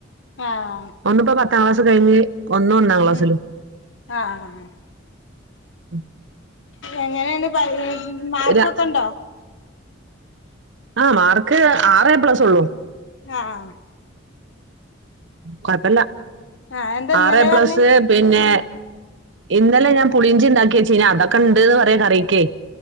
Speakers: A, on the left (about 65°); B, on the right (about 65°).
A: ആഹ്
B: ഒന്നിപ്പോ പത്താം ക്ലാസ് കഴിഞ്ഞ് ഒന്ന് ഒന്നാം ക്ലാസ്സിലും
A: ഉം ആഹ്
B: ഉം
A: എങ്ങനെയന്ന് പറയ് മാർക്കൊക്കെ
B: ര-
A: ഉണ്ടോ
B: ആഹ് മാർക്ക് ആറേ പ്ലസ് ഉള്ളൂ
A: ആഹ്
B: കുഴപ്പില്ല
A: ആഹ് എന്താ ഇന്നലെ
B: ആറ് എ പ്ലസ്
A: പറഞ്ഞ്
B: പിന്നെ ഇന്നലെ ഞാൻ പുളിഞ്ചി ഉണ്ടാക്കിയച്ചീന അതൊക്കെ ഉണ്ട്ന്ന് പറയാ കറിക്കെ